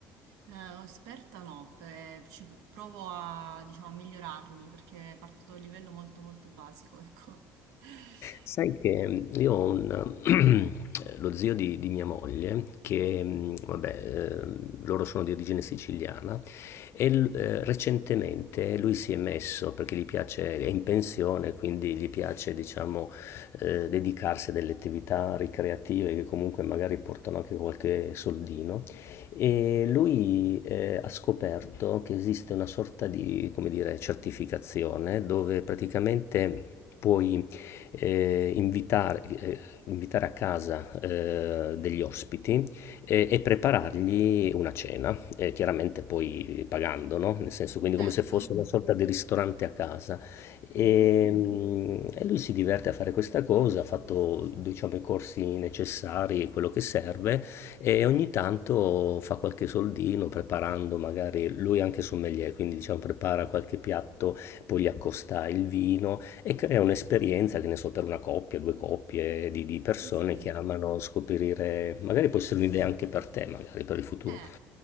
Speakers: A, on the right; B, on the left.
A: Eh, esperta no, eh, ci provo a, diciamo, a migliorarmi perché parto da un livello molto molto basico, ecco. <laughs>
B: Sai che mhmm, io ho un <clears throat> eh, lo zio di di mia moglie che, mhmm, vabbè, ehm, loro sono di origine siciliana e l ehm, recentemente lui si è messo, perché gli piace è in pensione, quindi gli piace diciamo, ehm, dedicarsi a delle attività ricreative che comunque magari portano anche qualche soldino, e lui, ehm, ha scoperto che esiste una sorta di, come dire, certificazione dove praticamente puoi eh, invitare, eh, invitare a casa eh, degli ospiti e, e preparargli una cena, eh, chiaramente poi pagando, no? Nel senso, quindi come
A: Certo.
B: se fosse una sorta di ristorante a casa. E,
A: Mhm.
B: mm, e lui si diverte a fare questa cosa, ha fatto, diciamo, i corsi necessari, quello che serve, e ogni tanto fa qualche soldino preparando magari, lui è anche sommelier, quindi diciamo prepara qualche piatto, poi gli accosta il vino e crea un'esperienza, che ne so, per una coppia, due coppie di, di persone
A: Sì, sì.
B: che amano scoprire, magari può essere un'idea anche per te, magari per il futuro.
A: Eh,